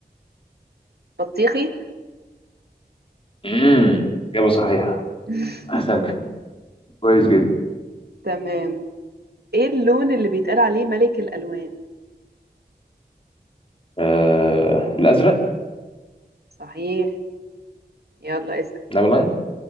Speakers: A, on the right (about 75°); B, on the left (about 35°).
A: بطيخي
B: امم اجابه صحيحه
A: <laughs>
B: احسنت كويس جدا
A: تمام ايه اللون اللي بيتقال عليه ملك الالوان
B: آه، الازرق
A: صحيح يلا اسال
B: لا والله